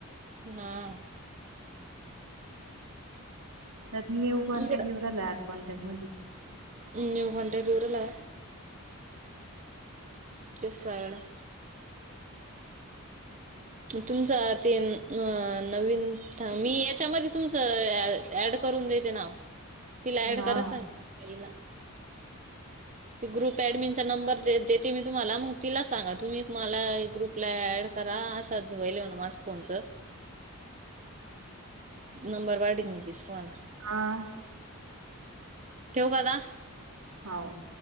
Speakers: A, on the right; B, on the right.
A: हां.
B: त्यात न्यू कॉन्टॅक्ट
A: इकड
B: येऊ राहिलं ऍड कॉन्टॅक्ट मध्ये.
A: न्यू कॉन्टॅक्ट येऊन राहिला? ते सगळं तुमच ते अ नवीन मी याच्यामध्ये तुमचं ऍड करून देते नाव. तिला ऍड
B: हां.
A: कराया सांगते ते ग्रुप ऍडमिनचा नंबर देते मी तुम्हाला मग तिला सांगा तुम्ही मला ग्रुपला ॲड करा अस अस व्हायले म्हण माझा फोनच. नंबर पाठवते मी तुम्हाला.
B: आं
A: ठेवू का आता?
B: हाव.